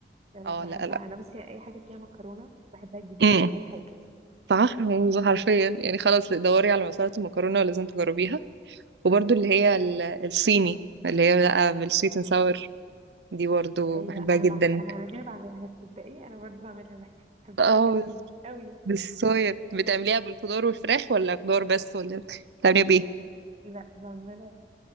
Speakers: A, on the right (about 35°); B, on the right (about 70°).
A: لا لا
B: اه
A: بحبها
B: لا لا
A: انا بس يعني اي حاجة فيها مكرونة بحبها جدا
B: امم
A: اي حاجة
B: صح يعني حرفيا يعني خلاص دوري على مسألة المكرونة ولازم تجربيها وبرده اللي هي ال- الصيني اللي هي بقى بالسويت اند ساور دي برضه
A: ايوه
B: بحبها
A: انا
B: جدا
A: بعشقها انا دي اللي بعملها تصدقي انا برضو بعملها بحبها
B: اه
A: قوي قوي
B: بالصويا بتعمليها بالخضار والفراخ ولا خضار بس ولا بتعمليها بايه
A: لا بعملها